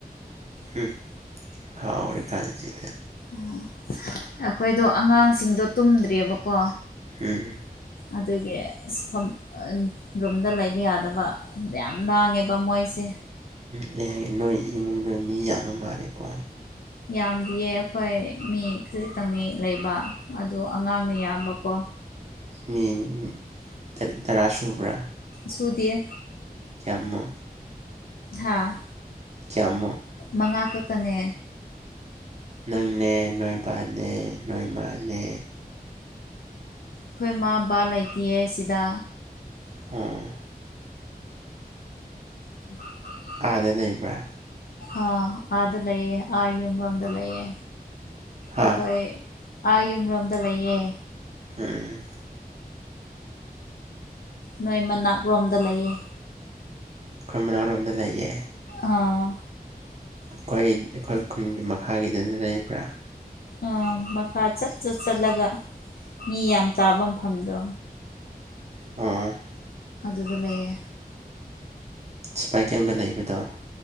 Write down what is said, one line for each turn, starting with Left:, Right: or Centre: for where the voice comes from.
Right: ꯍꯨꯝ ꯍꯥꯎꯔꯤꯀꯥꯟꯁꯤꯗ꯫
Left: ꯎ ꯑꯩꯈꯣꯏꯗꯣ ꯑꯉꯥꯡꯁꯤꯡꯗꯣ ꯇꯨꯝꯗ꯭ꯔꯤꯕꯀꯣ꯫
Right: ꯎꯝ
Left: ꯑꯗꯨꯒꯤ ꯑꯁ ꯐꯝ ꯔꯨꯝꯗ ꯂꯩꯕ ꯌꯥꯗꯕ꯫ ꯌꯥꯝ ꯂꯥꯡꯉꯦꯕ ꯃꯣꯏꯁꯦ꯫
Right: ꯎ ꯑꯩ ꯍꯥꯏꯒꯦ ꯅꯣꯏ ꯏꯃꯨꯡꯗꯨ ꯃꯤ ꯌꯥꯝꯕ ꯃꯥꯜꯂꯦꯀꯣ꯫
Left: ꯌꯥꯝꯗꯤꯌꯦ ꯑꯩꯈꯣꯏ ꯃꯤ ꯈꯖꯤꯛꯇꯪꯅꯤ ꯂꯩꯕ ꯑꯗꯣ ꯑꯉꯥꯡꯅ ꯌꯥꯝꯕꯀꯣ꯫
Right: ꯃꯤ ꯇ ꯇꯔꯥ ꯁꯨꯕ꯭ꯔꯥ?
Left: ꯁꯨꯗꯤꯌꯦ꯫
Right: ꯀ꯭ꯌꯥꯃꯨ?
Left: ꯍꯥꯥ
Right: ꯀ꯭ꯌꯥꯃꯨ?
Left: ꯃꯉꯥ ꯈꯛꯇꯅꯦ꯫
Right: ꯅꯪꯅꯦ ꯅꯣꯏ ꯕꯥꯅꯦ ꯅꯣꯏ ꯃꯥꯅꯦ
Left: ꯈꯣꯏ ꯃꯥ ꯕꯥ ꯂꯩꯇꯤꯌꯦ ꯁꯤꯗ꯫
Right: ꯑꯣ
Left: <inaudible>
Right: ꯑꯥꯗ ꯂꯩꯕ꯭ꯔꯥ?
Left: ꯑ ꯑꯥꯗ ꯂꯩꯌꯦ ꯑꯥ ꯌꯨꯝꯔꯣꯝꯗ ꯂꯩꯌꯦ
Right: ꯍꯥ
Left: ꯑꯈꯣꯏ ꯑꯥ ꯌꯨꯝꯔꯣꯝꯗ ꯂꯩꯌꯦ꯫
Right: ꯎꯝ
Left: ꯅꯣꯏ ꯃꯅꯥꯛ ꯔꯣꯝꯗ ꯂꯩꯌꯦ꯫
Right: ꯈꯣꯢ ꯃꯅꯥꯔꯣꯝꯗ ꯂꯩꯌꯦ꯫
Left: ꯑꯥ
Right: ꯑꯩꯈꯣꯏ ꯑꯩꯈꯣꯏ ꯈꯨꯟꯒꯤ ꯃꯈꯥꯒꯤꯗꯨꯗ ꯂꯩꯕ꯭ꯔꯥ?
Left: ꯑꯥ ꯃꯈꯥ ꯆꯠ ꯆꯠ ꯆꯠꯂꯒ ꯃꯤ ꯌꯥꯝ ꯇꯥꯕ ꯃꯐꯝꯗꯣ꯫
Right: <unintelligible>
Left: ꯑꯗꯨꯗ ꯂꯩꯌꯦ꯫
Right: ꯁꯤꯄꯥꯏ ꯀꯦꯝꯒ ꯂꯩꯕꯗꯣ?